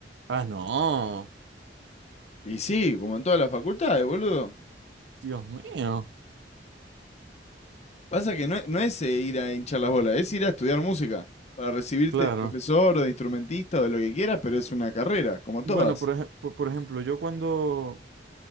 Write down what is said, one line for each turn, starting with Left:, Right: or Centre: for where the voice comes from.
Right: Ah, no,
Left: Y sí, como en todas las facultades, boludo.
Right: Dios mío,
Left: Pasa que no, no es eh, ir a hinchar las bolas, es ir a estudiar música. Para recibirte
Right: claro.
Left: de profesor o de instrumentista o de lo que quieras, pero es una carrera, como todas.
Right: Bueno, por, ej- por, por ejemplo, yo cuando,